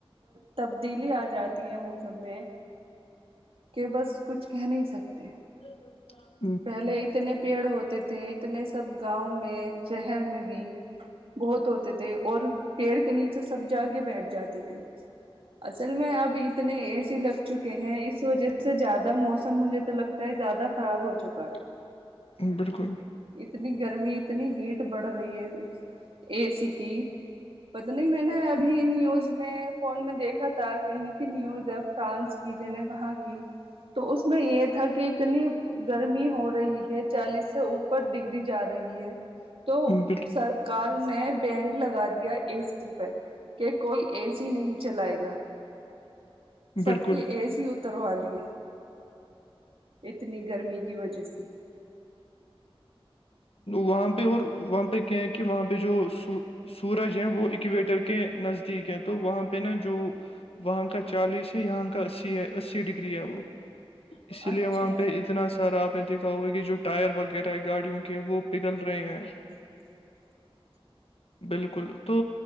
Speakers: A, on the right; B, on the left.
A: تبدیلی آ جاتی ہے موسم میں کہ بس کچھ کہہ نہیں سکتے
B: <inaudible>
A: پہلے اتنے پیڑ ہوتے تھے اتنے سب گاؤں میں شہر میں بھی بہت ہوتے تھے اور پیڑ کے نیچے سب جا کے بیٹھ جاتے تھے اصل میں اب اتنے اے سی لگ چکے ہیں اس وجہ سے زیادہ موسم مجھے تو لگتا ہے زیادہ خراب ہو چکا ہے
B: بالکل
A: اتنی گرمی اتنی ہیٹ بڑھ رہی ہے اے سی کی پتہ نہیں میں نے ابھی نیوز میں فون میں دیکھ تھا کہیں کی نیو ج ا فرانس کی ج نے کہاں کی تو اس میں یہ تھا کہ اتنی گرمی رہی ہے چالیس سے اوپر ڈگری جا رہی ہے تو
B: بال-
A: سرکار نے بینڈ لگا دیا اے سی پہ کہ کوئی اے سی نہیں چلائے گا سب
B: بالکل
A: کے اے سی ا اتروا لیے اتنی گرمی کی وجہ سے سے
B: وہاں پہ اور وہاں پہ کیا کہ وہاں پہ جو سو سورج ہیں وہ اکویٹر کے نزدیک ہیں تو وہاں پہ نا جو وہاں کا چالیس ہے یہاں کا اسی ہے اسی ڈگری ہے وہ اس لیے
A: اچھا
B: وہاں پہ اتنا سارا آپ نے دیکھا ہوگا کہ جو ٹائر وغیرہ ہے گاڑیوں کے وہ پگل رہے ہیں
A: <inaudible>
B: بالکل تو